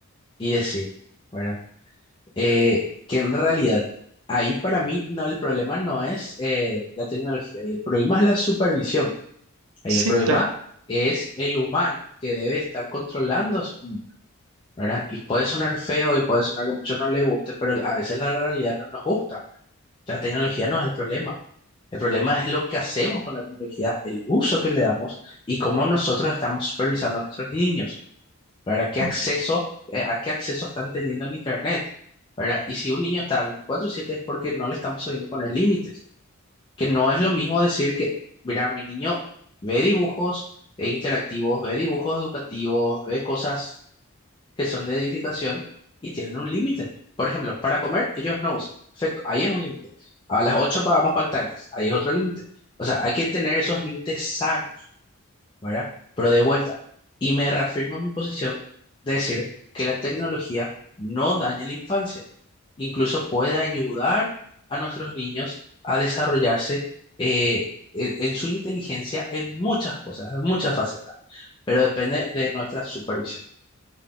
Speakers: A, on the left; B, on the right.
A: y decir, ¿verdad? Eh, que en realidad, ahí para mí no, el problema no es eh, la tecnología, y el problema es la supervisión. Ahí
B: Sí,
A: el problema
B: claro.
A: es el humano que debe estar controlando, su- ¿verdad? Y puede sonar feo y puede sonar que a muchos no les guste, pero a veces la realidad no nos gusta. La tecnología no es el problema. El problema es lo que hacemos con la tecnología, el uso que le damos y cómo nosotros estamos supervisando a nuestros niños. ¿verdad? ¿Qué
B: Así
A: acceso, eh, a qué acceso están teniendo en Internet? ¿verdad? Y si un niño está 24/7 es porque no le estamos sabiendo poner límites, que no es lo mismo decir que, mira, mi niño ve dibujos eh, interactivos, ve dibujos educativos, ve cosas que son de edificación y tienen un límite. Por ejemplo, para comer ellos no usan. Perfecto, ahí es un límite. A las 8 apagamos pantallas, ahí es otro límite. O sea, hay que tener esos límites sanos ¿verdad? Pero de vuelta, y me reafirmo mi posición de decir que la tecnología no daña la infancia, incluso puede ayudar a nuestros niños a desarrollarse eh, en, en su inteligencia en muchas cosas, en muchas facetas, pero depende de nuestra supervisión.